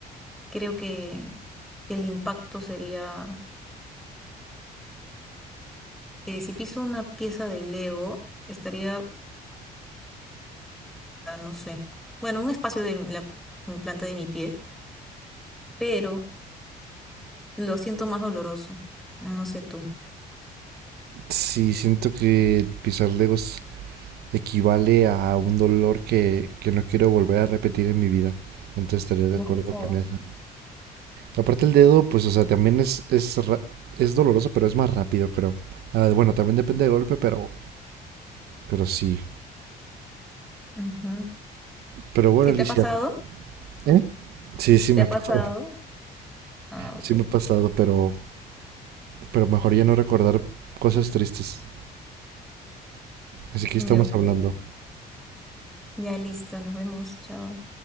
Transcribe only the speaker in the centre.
creo que el impacto sería que si piso una pieza de Lego, estaría, ah, no sé, bueno, un espacio de la planta de mi pie, pero lo siento más doloroso. No sé tú.
Lo
has pisado.
Ujú.
¿Sí
te ha pasado?
¿Te
ha
pasado?
Ah, ok.
Mm,
Ok.
Ya listo, nos vemos. Chao.